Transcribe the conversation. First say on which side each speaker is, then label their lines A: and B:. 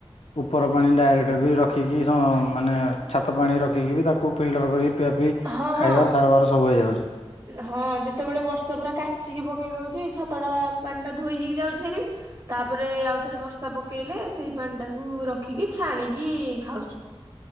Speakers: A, on the left (about 85°); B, on the right (about 40°).
A: ଉପର ପାଣି ଡାଇରେକ୍ଟ ବି ରଖିକି ହଁ ମାନେ ଛାତ ପାଣି ରଖିକି ବି ତାକୁ ପିଲଟର କରିକି ପିଆ ପିଇ
B: ହଁ
A: ଖାଇବା
B: ହଁ
A: ସାରବାର ସବୁ ହେଇଯାଉଛି।
B: ହଁ ଯେତେବେଳେ ବର୍ଷା ପୁରା କାଚିକି ପକେଇ ଦେଉଛି, ଛତା ଟା ପାଣି ଟା ଧୋଇ ହେଇକି ଯାଉଛି ହେରି ତାପରେ ଆଉ ଥରେ ବର୍ଷା ପକେଇଲେ ସେଇ ପାଣି ଟା କୁ ରଖିକି ଛାଣିକି ଖାଉଛୁ।